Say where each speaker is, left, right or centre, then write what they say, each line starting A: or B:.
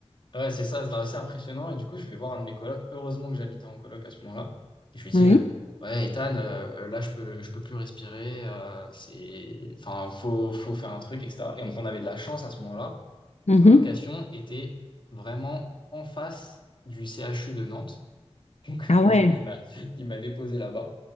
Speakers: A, on the left; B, on the left.
A: Ouais, c'est ça, c'est assez impressionnant. Et du coup, je vais voir un de mes colocs. Heureusement que j'habitais en coloc à ce moment-là. Et je lui dis,
B: Ouais.
A: euh, ouais, Ethan, euh, là, je peux, je peux plus respirer. euh, c'est, enfin, faut, faut faire un truc, etc. Et donc, on avait de la chance à ce moment-là.
B: Mhm.
A: Notre colocation était vraiment en face du CHU de Nantes.
B: Ah ouais.
A: Du coup, il m'a, il m'a déposé là-bas.